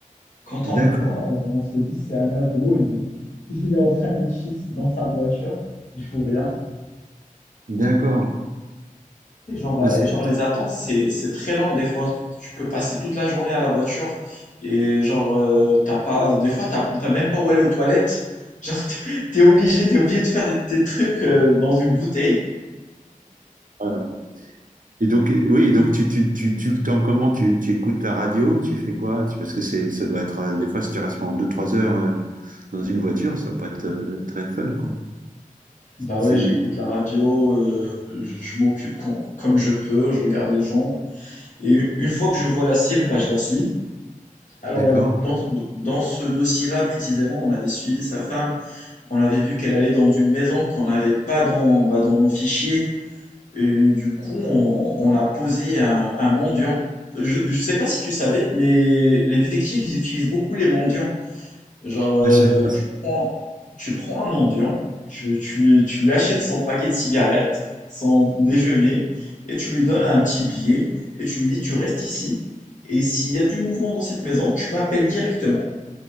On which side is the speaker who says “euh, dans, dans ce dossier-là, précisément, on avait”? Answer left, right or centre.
Left